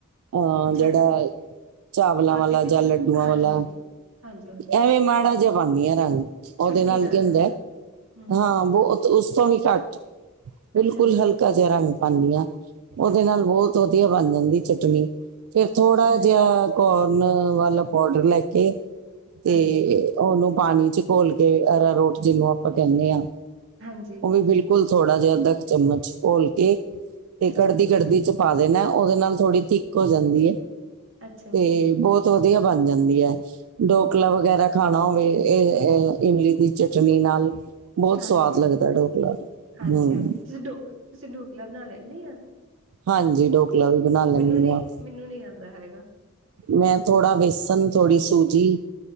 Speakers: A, on the right; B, on the right.
A: ਹਾਂ
B: ਅੱਛਾ
A: ਜਿਹੜਾ ਚਾਵਲਾਂ
B: ਆਰਟੀਫਿਸ਼ਲ
A: ਵਾਲਾ ਜਾਂ ਲੱਡੂਆਂ
B: ਹਾਂਜੀ
A: ਵਾਲਾ।
B: ਹਾਂਜੀ ਹਾਂਜੀ ਹਾਂਜੀ
A: ਐਵੇਂ ਮਾੜਾ ਜਿਹਾ ਪਾਉਂਦੀ ਹ ਰੰਗ ਉਹਦੇ
B: ਚੁਟਕੀਦਾਰ
A: ਨਾਲ ਕੀ ਹੁੰਦਾ
B: ਹਨਾ ਹਮ
A: ਹਾਂ ਬਹੁ ਉਸ ਤੋਂ ਵੀ ਘੱਟ ਬਿਲਕੁਲ
B: ਅੱਛਾ ਜੀ
A: ਹਲਕਾ ਜਿਹਾ ਰੰਗ ਪਾਉਦੀ ਹਾਂ। ਉਹਦੇ
B: ਅੱਛਾ
A: ਨਾਲ ਬਹੁਤ
B: ਜੀ
A: ਵਧੀਆ ਬਣ ਜਾਂਦੀ ਚਟਨੀ ਫੇਰ ਥੋੜਾ
B: ਅੱਛਾ
A: ਜਿਹਾ ਕੋਰਨ ਵੱਲ ਪਾਊਡਰ ਲੈ ਕੇ ਤੇ
B: ਹਾਂਜੀ
A: ਉਹਨੂੰ ਪਾਣੀ ਚ ਘੋਲ ਕੇ ਐਰਾਰੂਟ ਜਿਹਨੂੰ ਆਪਾਂ ਕਹਿੰਦੇ ਹਾਂ।
B: ਹਾਂਜੀ।
A: ਉਹ ਵੀ ਬਿਲਕੁਲ ਥੋੜਾ ਜਿਹਾ ਅੱਧਾ ਕੁ ਚਮਚ ਘੋਲ ਕੇ ਤੇ
B: ਅੱਛਾ
A: ਕੜਦੀ
B: ਜੀ
A: ਕੜਦੀ ਚ ਪਾ ਦੇਣਾ ਉਹਦੇ ਨਾਲ ਥੋੜ੍ਹੀ ਥਿੱਕ ਹੋ ਜਾਂਦੀ ਹੈ
B: ਅੱਛਾ
A: ਤੇ
B: ਜੀ
A: ਬਹੁਤ ਵਧੀਆ ਬਣ ਜਾਂਦੀ ਹੈ। ਢੋਕਲਾ ਵਗੈਰਾ ਖਾਣਾ ਹੋਵੇ ਇਹ ਇਮਲੀ ਦੀ ਚਟਨੀ ਨਾਲ। ਬਹੁਤ
B: ਹਾਂਜੀ
A: ਸਵਾਦ ਲੱਗਦਾ ਡੋਕਲਾ
B: ਹਾਂਜੀ
A: ਹਮ
B: ਹਾਂਜੀ ਤੁਸੀਂ ਡੋ ਤੁਸੀਂ ਡੋਕਲਾ ਬਣਾ ਲੈਂਦੇ ਆ।
A: ਹਾਂਜੀ ਡੋਕਲਾ ਵੀ। ਬਣਾ ਲੈਂਦੀ
B: ਮੈਨੂੰ ਨੀ
A: ਹਾਂ
B: ਮੈਨੂੰ ਨੀ ਆਉਂਦਾ ਹੈਗਾ।
A: ਮੈਂ ਥੋੜਾ ਬੇਸਣ ਥੋੜੀ ਸੂਜੀ